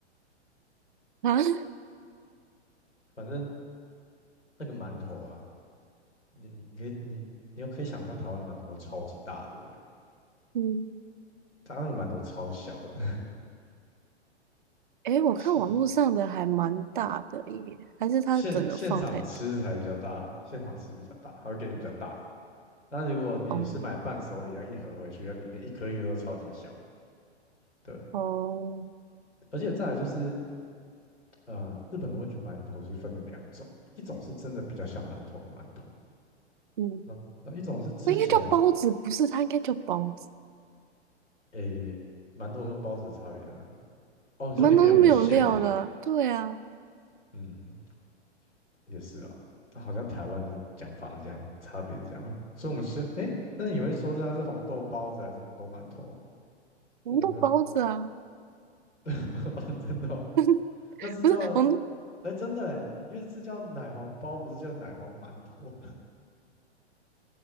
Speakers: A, on the right (about 45°); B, on the left (about 80°).
A: 啊？<laughs>
B: 反正那个馒头啊，你你可以你你又可以想象台湾的馒头都超级大，对不对？
A: 嗯，
B: 它那个馒头超小的，<laughs>
A: 诶，我看网络上的还蛮大的耶，
B: 现
A: 还是它整个放太大？
B: 现现场吃才比较大，现场吃比较大，它会给你比较大的。那如果你是买伴手礼，
A: 哦
B: 要一盒回去，要里面一颗一颗都超级小的，对。
A: 哦，
B: 而且再来就是，呃，日本的温泉馒头就分成两种，一种是真的比较像馒头的馒头，
A: 嗯，
B: 那那一种是吃起来，
A: 那应该叫包子，不是？它应该叫包子。
B: 诶，馒头跟包子的差别在哪里？哦，你说里面有没有馅吗？
A: 馒头是没有料的，对啊，<laughs>
B: 嗯。也是啊，好像台湾的讲法是这样，差别是这样，所以我们就是哎，诶那你会说是它是红豆包子还是红豆馒头啊？
A: 红豆包子啊，
B: 我没有，<laughs> 真的哦
A: <laughs>
B: 那是叫
A: 不是红豆，
B: 哎真的哎，因为是叫奶黄包，不是叫奶黄馒头